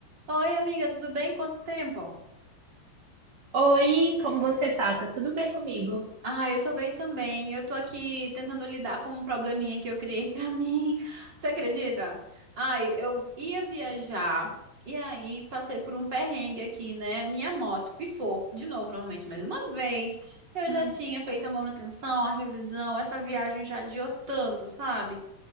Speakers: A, on the right (about 30°); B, on the right (about 45°).
A: Oi, amiga, tudo bem? Quanto tempo?
B: Oi, como você tá? Tá tudo bem comigo?
A: Ah, eu tô bem também. Eu tô aqui tentando lidar com um probleminha que eu criei <laughs> pra mim. Você acredita? Ai, eu ia viajar e aí passei por um perrengue aqui, né? Minha moto pifou de novo, normalmente, mais uma vez. Eu
B: Hum,
A: já tinha feito a manutenção, a revisão, essa viagem já adiou tanto, sabe?